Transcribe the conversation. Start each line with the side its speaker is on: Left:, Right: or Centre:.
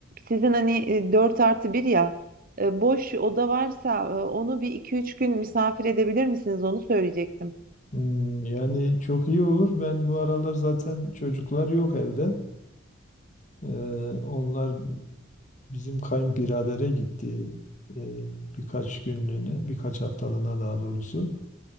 Right: Sizin hani e, dört artı bir ya e, boş oda varsa e, onu bir iki üç gün misafir edebilir misiniz? Onu söyleyecektim.
Left: Hmm, yani çok iyi olur. Ben bu aralar zaten çocuklar yok evde. Ee, onlar bizim kayınbiradere gitti ee, birkaç günlüğüne, birkaç haftalığına daha doğrusu.